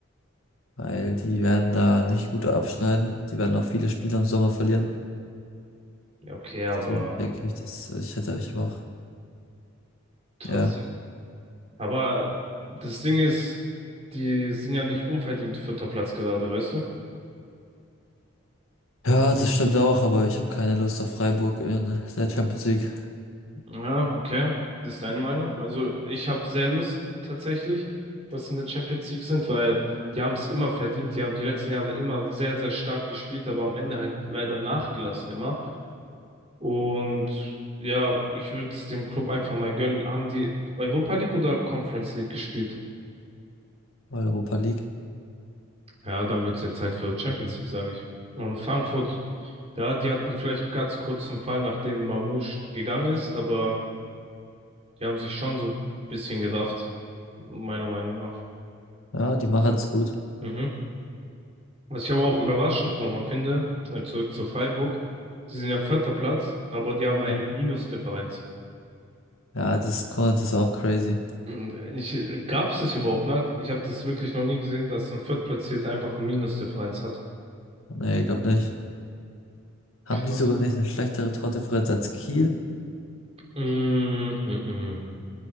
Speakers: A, on the left (about 85°); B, on the right (about 30°).
A: weil die werden da nicht gut abschneiden. Die werden auch viele Spiele im Sommer verlieren.
B: Ja, okay, aber
A: Deswegen denke ich, dass also ich hätte euch auch.
B: trotzdem.
A: Ja.
B: Aber das Ding ist, die sind ja nicht unverdient vierter Platz gerade, weißt du?
A: Ja, das stimmt auch, aber ich habe keine Lust auf Freiburg in der Champions League,
B: Ja, okay. Das ist deine Meinung. Also ich habe sehr Lust tatsächlich, dass sie in der Champions League sind, weil die haben es immer verdient. Die haben die letzten Jahre immer sehr, sehr stark gespielt, aber am Ende halt leider nachgelassen immer. Und ja, ich würde es dem Club einfach mal gönnen. Haben die Europa League oder Conference League gespielt?
A: Europa League.
B: Ja, dann wird es jetzt Zeit für Champions League, sage ich. Und Frankfurt, ja, die hatten vielleicht ganz kurz einen Fall, nachdem Mamouche gegangen ist, aber die haben sich schon so ein bisschen gerafft, meiner Meinung nach.
A: Ja, die machen es gut.
B: Mhm. Was ich aber auch überraschend nochmal finde, äh, zurück zu Freiburg, die sind ja vierter Platz, aber die haben eine
A: Ja,
B: Minusdifferenz.
A: Ja, das, guck mal, das ist auch crazy.
B: Mm, Ich, gab es das überhaupt mal? Ich habe das wirklich noch nie gesehen, dass ein Viertplatzierter einfach Minusdifferenz hat.
A: Nee, ich glaube nicht. Haben
B: Krass.
A: die sogar nicht eine schlechtere Tordifferenz als Kiel?
B: Mm, mm, mm.